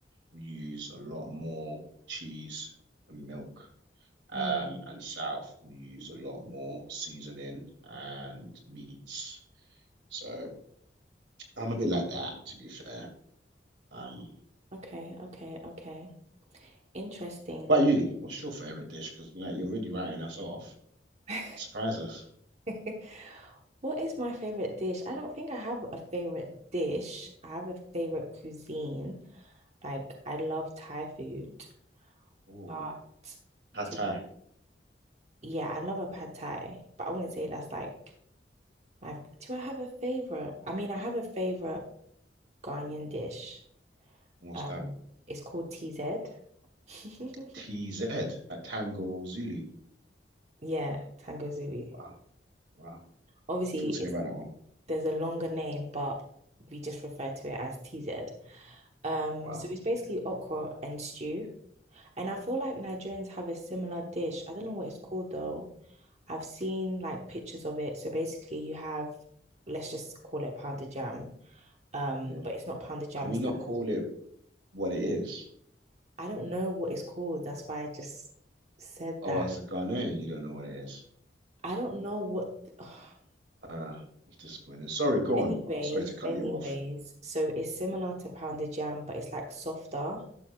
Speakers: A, on the right (about 90°); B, on the right (about 40°).
A: we use a lot more cheese and milk. Um,
B: Hmm.
A: and south, we use a lot more seasoning and meats. So I'm a bit like that, to be fair. Um,
B: okay. Okay. Okay. Interesting.
A: what about you? What's your favorite dish? Because like you're already writing us off.
B: <laughs>
A: Surprise us.
B: <laughs> What is my favorite dish? I don't think I have a favorite dish. I have a favorite cuisine. Like I love Thai food,
A: Oh,
B: but
A: pad
B: do
A: thai.
B: I- yeah, I love a pad Thai, but I wouldn't say that's like my. Do I have a favorite? I mean, I have a favorite Ghanaian dish.
A: What's
B: Um,
A: that?
B: it's called TZ. <laughs>
A: TZ, like Tango Zulu.
B: Yeah, Tango Zulu.
A: Wow, wow.
B: Obviously,
A: Talk to
B: it's
A: me about that one.
B: there's a longer name, but we just refer to it as TZ. Um,
A: Wow.
B: so it's basically okra and stew. And I feel like Nigerians have a similar dish. I don't know what it's called though. I've seen like pictures of it. So basically you have, let's just call it pounded jam. Um,
A: Yeah.
B: but it's not pounded jam,
A: Can we
B: it's
A: not
B: like
A: call
B: a,
A: it what it is?
B: I don't know what it's called. That's why I just said
A: Oh,
B: that.
A: as a Ghanaian, you don't know what it is.
B: I don't know what <sighs>
A: Ah, it's disappointing. Sorry, go
B: anyways,
A: on. Oh, sorry to cut
B: anyways.
A: you off.
B: So it's similar to pounded jam, but it's like softer.